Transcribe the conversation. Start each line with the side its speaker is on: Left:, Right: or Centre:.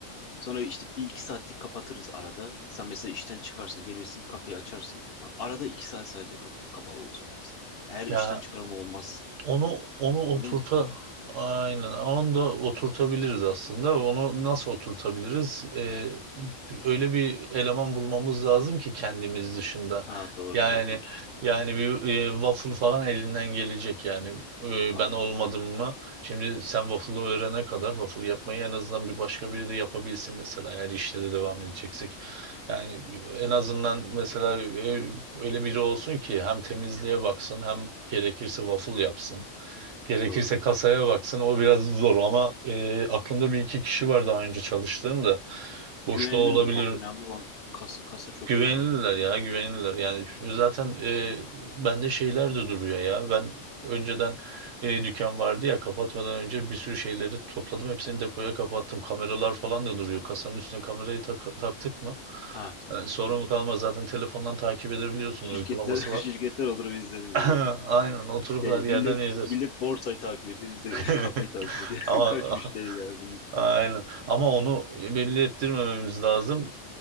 Left: Sonra işte bir iki saatlik kapatırız arada. Sen mesela işten çıkarsın, gelirsin, kafeyi açarsın. Arada iki saat sadece kap- kapalı olacak mesela. Eğer işten
Right: Ya
Left: çıkarma olmazsa.
Right: Onu onu oturta
Left: Anladın mı?
Right: aynen onu da oturtabiliriz aslında. Onu nasıl oturtabiliriz? Ee, öyle bir eleman bulmamız lazım ki kendimiz dışında.
Left: Ha doğru
Right: Yani
Left: doğru. Bir kişi.
Right: yani bir e, waffle falan elinden gelecek yani. Ee,
Left: Anladım.
Right: ben olmadım mı?
Left: Hı hı.
Right: Şimdi sen waffle'ı öğrene kadar waffle yapmayı en azından bir başka biri de yapabilsin mesela eğer işte de devam edeceksek. Yani en azından mesela e, öyle biri olsun ki hem temizliğe baksın hem gerekirse waffle yapsın. Gerekirse
Left: Doğru doğru.
Right: kasaya baksın. O biraz zor ama e, aklımda bir iki kişi var daha önce çalıştığım da. Boşta
Left: Güvenilir
Right: olabilir.
Left: mi? Bak önemli olan kasa, kasa çok
Right: güvenilirler
Left: önemli bak.
Right: ya güvenilirler Yani zaten e, bende şeyler de duruyor ya. Ben önceden e, dükkan vardı ya kapatmadan önce bir sürü şeyleri topladım. Hepsini depoya kapattım. Kameralar falan da duruyor. Kasanın üstüne kamerayı tak- taktık mı?
Left: Ha tamam
Right: Yani sorun
Left: tamam o zaman.
Right: kalmaz. Zaten telefondan takip edebiliyorsun.
Left: Şirketler,
Right: Uygulaması
Left: <laughs> şirketler
Right: var.
Left: olur biz izleriz
Right: <clears throat> <laughs>
Left: böyle.
Right: Aynen oturup
Left: Şey,
Right: her yerden
Left: millet
Right: izler.
Left: millet borsayı takip ediyor. Biz de
Right: <laughs>
Left: <laughs> kafeyi takip ediyor.
Right: Ama
Left: <laughs> Kaç
Right: <laughs>
Left: müşteri geldi gitti.
Right: Aynen. Ama onu belli ettirmememiz lazım.